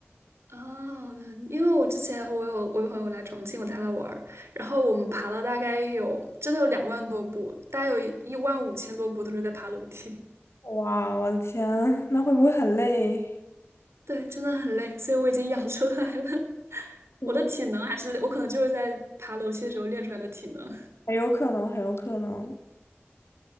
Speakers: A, on the right; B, on the left.
A: 哦，对因为我之前我有我有朋友来重庆，我带他玩儿，然后我们爬了大概有真的有两万多步，大概有一万五千多步都是在爬楼梯。
B: 哇，我的天，那会不会很累？
A: <laughs> 对，真的很累，所以我已经养出来了。<laughs>
B: 嗯
A: 我的体能还是我可能就是在爬楼梯的时候练出来的体能。
B: 很有可能，很有可能。